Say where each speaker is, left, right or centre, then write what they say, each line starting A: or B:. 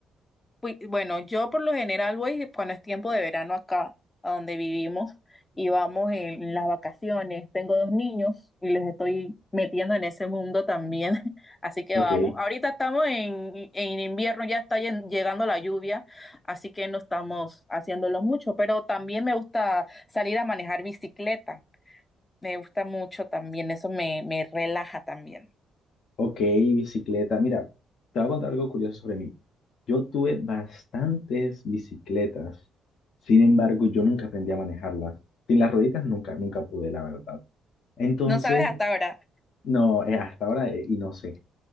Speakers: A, on the left; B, on the left.
A: Fui- Bueno, yo por lo general voy cuando es tiempo de verano acá, a donde vivimos, y vamos en las vacaciones. Tengo dos niños y los estoy metiendo en ese mundo también, <laughs> así que
B: Ok,
A: vamos. Ahorita estamos en, en invierno, ya está llen- llegando la lluvia, así que no estamos haciéndolo mucho, pero también me gusta salir a manejar bicicleta, me gusta mucho también, eso me, me relaja también.
B: ok, bicicleta. Mira, te voy a contar algo curioso sobre mí. Yo tuve bastantes bicicletas, sin embargo, yo nunca aprendí a manejarlas. Sin las rueditas nunca, nunca pude, la verdad. Entonces,
A: No sabes hasta ahora,
B: no, eh, hasta ahora, eh, y no sé.